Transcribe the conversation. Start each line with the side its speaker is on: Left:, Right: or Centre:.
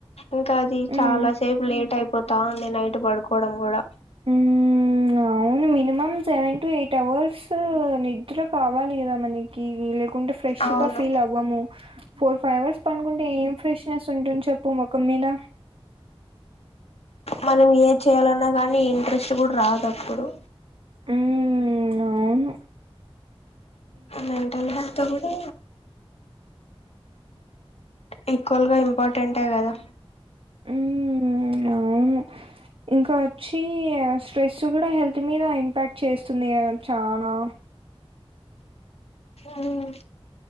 Left: ఇంకా అది చాలా
Right: మ్మ్
Left: సేపు లేట్ అయిపోత్ తా ఉంది నైట్ పడుకోవడం కూడా
Right: హ్మ్ అవును minimum seven to eight hours నిద్ర కావాలి కదా మనకి లేక్ కుంటే ఫ్రెష్గా
Left: అవును
Right: ఫీల్ అవ్వము ఫోర్ ఫైవ్ అవర్స్ పనుకుంటే ఏం ఫ్రెష్నెస్ ఉంటుంది చెప్పు ముఖం మీద
Left: మనం ఏ చేయాలన్నా కానీ ఇంట్రెస్ట్ కూడా రాదు అప్పుడు
Right: ఉమ్ అవున్
Left: మెంటల్ హెల్త్ కూడా ఈక్వల్గా ఇంపార్టెంటే కదా
Right: హ్మ్ హు అవును ఇంకా వచ్చి స్ట్రెస్ కూడా హెల్త్ మీద ఇంపాక్ట్ చేస్తుంది కదా చనా
Left: హ్మ్